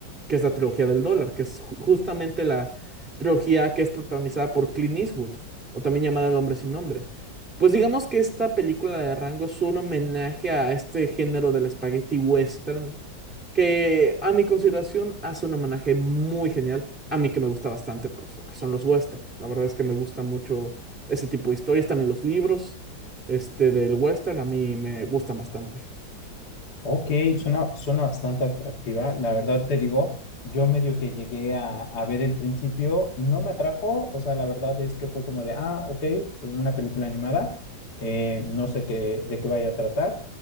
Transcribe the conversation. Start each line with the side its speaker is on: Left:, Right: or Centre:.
Centre: que es la trilogía del dólar, que es ju- justamente la trilogía que es protagonizada por Clint Eastwood o también llamada El hombre sin nombre. Pues digamos que esta película de Rango es un homenaje a este género del spaghetti western, que a mi consideración hace un homenaje muy genial, a mí que me gusta bastante, pues lo que son los western. La verdad es que me gusta mucho ese tipo de historias, también los libros, este del western, a mí me gustan bastante.
Left: Ok, suena, suena bastante atractiva. La verdad te digo, yo medio que llegué a, a ver el principio, no me atrajo, o sea, la verdad es que fue como de, ah, ok, una película animada, eh, no sé qué, de qué vaya a tratar,